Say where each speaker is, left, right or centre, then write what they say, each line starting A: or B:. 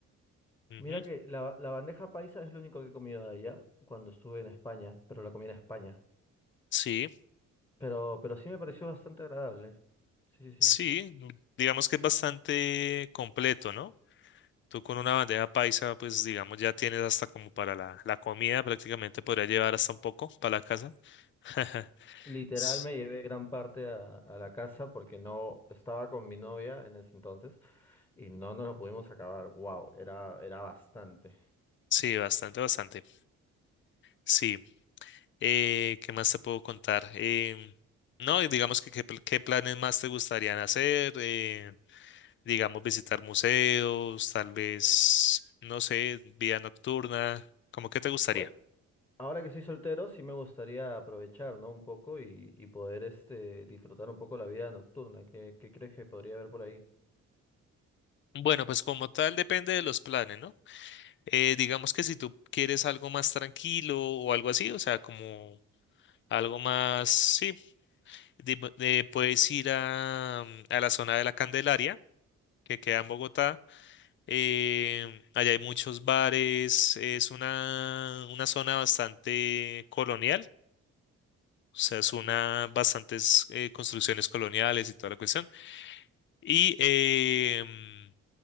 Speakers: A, on the left (about 40°); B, on the left (about 20°).
A: Ujú,
B: Mira que la, ba- la bandeja paisa es lo único que he comido de allá cuando estuve en España, pero la comí en España.
A: Sí,
B: Pero, pero sí me pareció bastante agradable. Sí, sí,
A: sí,
B: sí.
A: digamos que es bastante completo, ¿no? Tú con una bandeja paisa, pues digamos, ya tienes hasta como para la, la comida, prácticamente podría llevar hasta un poco para la casa. <laughs>
B: Literal
A: <laughs>
B: me llevé gran parte a, a la casa porque no estaba con mi novia en ese entonces y no nos lo pudimos acabar. Wow, era, era bastante.
A: Sí, bastante, bastante. Sí. Eh, ¿qué más te puedo contar? Em, no, y digamos que qué, pl- qué planes más te gustarían hacer. Eh, digamos, visitar museos, tal vez, no sé, vida nocturna. ¿Cómo que te gustaría?
B: Bueno, ahora que soy soltero sí me gustaría aprovechar, ¿no? Un poco y, y poder este, disfrutar un poco la vida nocturna. ¿Qué, qué crees que podría haber por ahí?
A: Bueno, pues como tal depende de los planes, ¿no? Eh, digamos que si tú quieres algo más tranquilo o algo así, o sea, como algo más, sí, di- eh, puedes ir a, mm, a la zona de la Candelaria, que queda en Bogotá. Eh, allá hay muchos bares, es una, una zona bastante colonial, o sea, es una bastantes eh, construcciones coloniales y toda la cuestión. Y em,